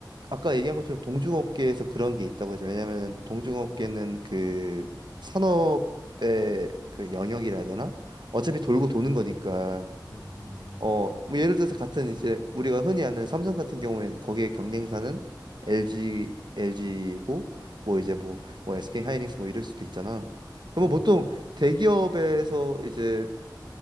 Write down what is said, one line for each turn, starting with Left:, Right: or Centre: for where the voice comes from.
Right: 아까 얘기한 것처럼 동중업계에서 그런 게 있다고 하죠. 왜냐면은 동중업계는 그 산업의 그 영역이라 해야 되나? 어차피 돌고 도는 거니까.
Left: 음, 음, 음,
Right: 어,
Left: 음,
Right: 뭐 예를 들어서 같은 이제 우리가 흔히 아는 삼성 같은 경우에는 거기에 경쟁사는 LG, LG고 뭐 이제 뭐, 뭐 SK 하이닉스 뭐 이럴 수도 있잖아. 그러면
Left: 음.
Right: 보통 대기업에서 이제